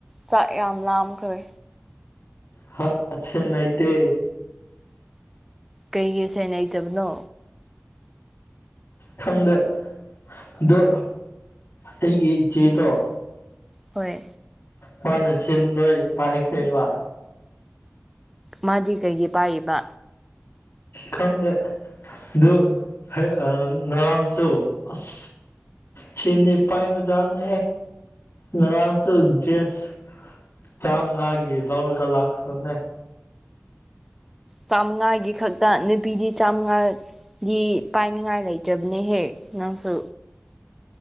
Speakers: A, in the centre; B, on the left.
A: ꯆꯥꯛ ꯌꯥꯝ ꯂꯥꯝꯈ꯭ꯔꯦ
B: ꯍꯥ ꯁꯦꯟ ꯅꯥꯏꯇ
A: ꯀꯩꯒꯤ ꯁꯦꯅ ꯍꯩꯇꯕꯅꯣ
B: ꯈꯪꯗꯦ ꯑꯗꯣ ꯑꯩꯒꯤ ꯏꯆꯦꯗꯣ
A: ꯍꯣꯏ
B: ꯋꯥꯜ ꯆ ꯂꯣꯏ ꯄꯥꯏꯈꯕ
A: ꯃꯥꯗꯤ ꯀꯩꯒꯤ ꯄꯥꯏꯔꯤꯕ
B: ꯈꯪꯗꯦ ꯑꯗꯨ ꯍ ꯅꯔꯥꯡꯁꯨ ꯑꯁ ꯁꯤꯅꯤ ꯄꯥꯏꯕ ꯆꯅꯤ ꯃ ꯂꯁꯨ ꯗꯦꯁ ꯆꯥꯝꯃ ꯉꯥꯒꯤ ꯂꯧꯔꯒ ꯂꯥꯛꯈ꯭ꯔꯣꯅꯦ
A: ꯆꯥꯃꯉꯥꯒꯤ ꯈꯛꯇ ꯅꯨꯄꯤꯗꯤ ꯆꯥꯃꯉꯥꯗꯤ ꯄꯥꯏꯅꯤꯉꯥꯏ ꯂꯩꯇꯦ ꯇꯕꯅꯤꯍꯦ ꯅꯪꯁꯨ